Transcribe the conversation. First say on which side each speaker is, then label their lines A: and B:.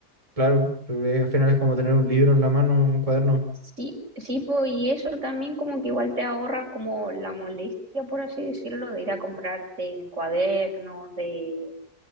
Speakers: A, on the right; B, on the right.
A: Claro, pero, eh, al final es como tener un libro en la mano, un cuaderno.
B: Sí, sí, po, y eso también como que igual te ahorra como la molestia, por así decirlo, de ir a comprarte cuadernos, de,